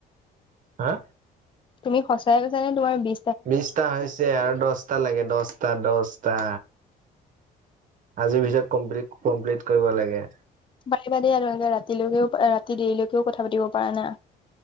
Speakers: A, on the right (about 50°); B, on the left (about 30°).
A: হে
B: তুমি সঁচাই কৈছা নে তোমাৰ বি
A: বিচটা হৈছে আৰু দচটা লাগে দচটা দচটা। আজিৰ ভিতৰত কমপ্লিট কমপ্লিট কৰিব লাগে।
B: পাতিবা দেই আৰু এনেকে ৰাতিলৈকেও ৰাতি দেৰিলৈকেও কথা পাতিব পৰা না।